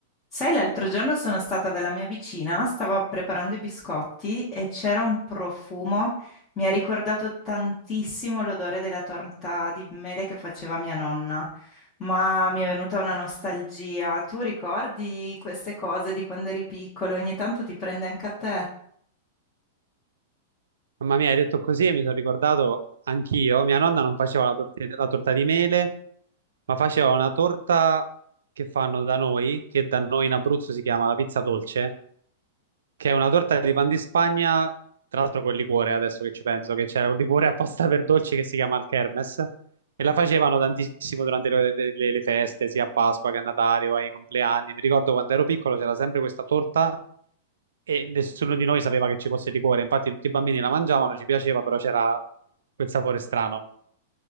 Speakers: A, on the left; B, on the right.
A: Sai, l'altro giorno sono stata dalla mia vicina, stavo preparando i biscotti e c'era un profumo, mi ha ricordato tantissimo l'odore della torta di mele che faceva mia nonna, ma mi è venuta una nostalgia. Tu ricordi queste cose di quando eri piccolo? Ogni tanto ti prende anche a te?
B: Mamma mia, hai detto così e mi sono ricordato anch'io. Mia nonna non faceva la, torte- la torta di mele, ma faceva una torta che fanno da noi, che da noi in Abruzzo si chiama la pizza dolce, che è una torta di pan di Spagna, tra l'altro col liquore, adesso che ci penso, che c'era un liquore apposta per dolci che si chiama il Kermes, e la facevano tantissimo durante le, le- le feste, sia a Pasqua che a Natale o ai compleanni. Mi ricordo quando ero piccolo c'era sempre questa torta e nessuno di noi sapeva che ci fosse il liquore, infatti tutti i bambini la mangiavano, ci piaceva, però c'era quel sapore strano.